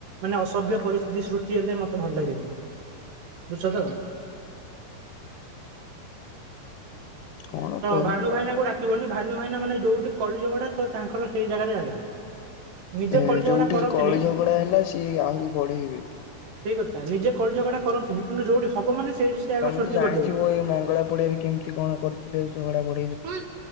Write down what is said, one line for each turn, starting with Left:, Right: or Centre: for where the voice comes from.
Right: ମାନେ ଅସଭ୍ୟ ପରିସ୍ଥିତି ସୃଷ୍ଟି ହେଲେ ମତେ ଭଲ ଲାଗେନି ବୁଝିଛ ତ?
Left: କଣ କରିବା
Right: ଭାନୁ ଭାଇନାଙ୍କୁ
Left: ଆଜିକାଲି।
Right: ଡାକିବନି ଭାନୁ ଭାଇନା ମାନେ ଯୋଉଠି କଳିଝଗଡା ତ ତାଙ୍କର ସେଇ ଜାଗାରେ ଜାଗା। ନିଜେ
Left: ହୁଁ
Right: କଳି ଝଗଡା
Left: ଯୋଉଠି
Right: କରନ୍ତିନି
Left: କଳି ଝଗଡା ହେଲା ସିଏ ଆହୁରି ବଢେଇବେ।
Right: ସେଇ ନିଜେ କଲି ଝଗଡା କରନ୍ତିନି କିନ୍ତୁ ଯୋଉଠି ହବ ମାନେ ସେଇଠି ସେ ଆଗ
Left: ତମେ
Right: ସୃଷ୍ଟି
Left: ତ ଜାଣିଥିବ
Right: କରିଦେବେ
Left: ଏଇ ମଙ୍ଗଳା ପଡିଆରେ କେମିତି କଣ କରିଥିଲେ ଝଗଡା ପଡି
Right: ହୁଁ